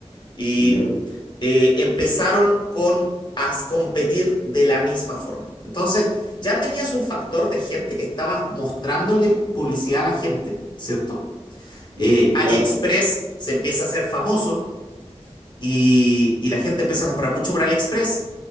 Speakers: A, on the left; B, on the right.
A: y
B: Ya.
A: eh, empezaron con a competir de la misma forma. Entonces, ya tenías un factor de gente que estaba mostrándole publicidad a la gente, ¿cierto?
B: Ujú,
A: Eh, AliExpress
B: claro.
A: se empieza a hacer famoso y, y la gente empieza a comprar mucho por AliExpress.